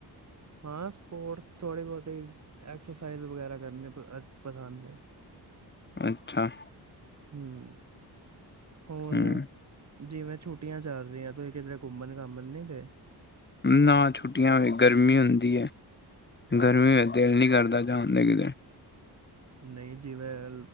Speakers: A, on the right (about 40°); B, on the left (about 25°).
A: ਹਾਂ ਸਪੋਰਟਸ ਥੋੜ੍ਹੇ ਬਹੁਤੇ, ਐਕਸਰਸਾਈਜ਼ ਵਗੈਰਾ ਕਰਨੇ ਪਸੰਦ ਏ।
B: ਅੱਛਾ।
A: ਹਮ, ਹੋਰ
B: ਹਮ
A: ਜਿਵੇ ਛੁਟਿਆ ਚੱਲ ਰਹੀ ਆਂ, ਤੁਹੀ ਕਿੱਧਰੇ ਘੁੰਮਣ-ਘਾਮਣ ਨਹੀਂ ਗਏ?
B: ਨਾ, ਛੁਟਿਆ ਵੇ ਗਰਮੀ ਹੁੰਦੀ ਏ। ਗਰਮੀ ਵਿੱਚ ਦਿਲ ਨਹੀਂ ਕਰਦਾ, ਜਾਨ ਨੂੰ ਕਿ
A: ਨਹੀਂ, ਜਿਵੇਂ